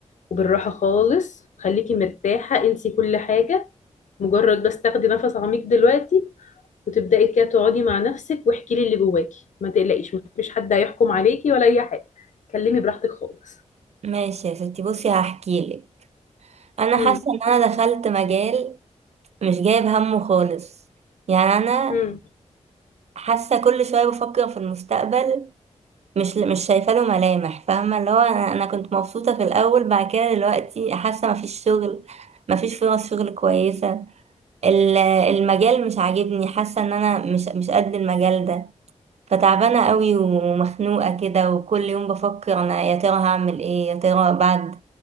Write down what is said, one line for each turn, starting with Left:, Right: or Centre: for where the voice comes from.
Left: وبالراحه خالص خليكي مرتاحه انسي كل حاجه مجرد بس تاخدي نفس عميق دلوقتي وتبداي كده تقعدي مع نفسك واحكي لي اللي جواكي ما تقلقيش ما فيش حد هيحكم عليكي ولا اي حاجه كلمي براحتك خالص
Right: ماشي يا ستي بصي هحكيلك انا
Left: امم
Right: حاسه ان انا دخلت مجال مش جايب همه خالص يعني انا
Left: امم
Right: حاسه كل شويه بفكر في المستقبل مش مش شايفه له ملامح فاهمه اللي هو انا انا كنت مبسوطه في الاول بعد كده دلوقتي حاسه مفيش شغل مفيش فرص شغل كويسة ال- المجال مش عاجبني حاسة ان انا مش مش قد المجال ده فتعبانة قوي ومخنوقة كده وكل يوم بفكر انا يا ترى هعمل ايه يا ترى بعد